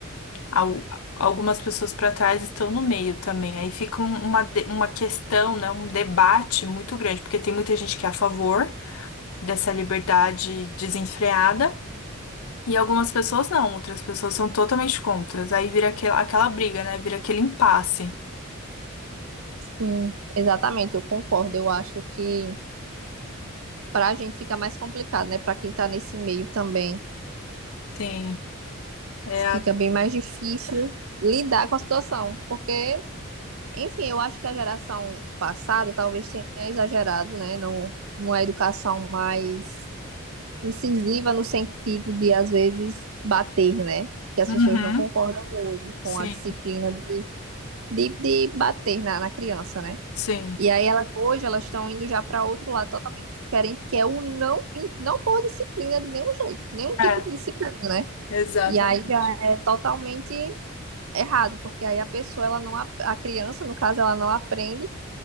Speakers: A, on the left; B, on the right.
A: Al- Algumas pessoas para trás estão no meio também. Aí fica um- uma, de- uma questão, né? Um debate muito grande, porque tem muita gente que é a favor dessa liberdade desenfreada. E algumas pessoas não, outras pessoas são totalmente contras. Aí vira aquela, aquela briga, né? Vira aquele impasse.
B: Sim, exatamente, eu concordo. Eu acho que para a gente fica mais complicado, né? Para quem tá nesse meio também,
A: Sim. É
B: fica
A: a...
B: bem mais difícil lidar com a situação, porque, enfim, eu acho que a geração passada talvez tenha exagerado, né, no, numa educação mais incisiva no sentido de, às vezes, bater, né? Que as
A: Uhum.
B: pessoas não concordam hoje
A: Sim,
B: com a disciplina de, de, de bater na, na criança, né?
A: sim.
B: E aí ela, hoje elas estão indo já para outro lado totalmente diferente, que é o não, não por disciplina de nenhum jeito, nenhum tipo
A: É,
B: de disciplina, né?
A: Exatamente.
B: E aí já é totalmente errado, porque aí a pessoa, ela não, ap- a criança, no caso, ela não aprende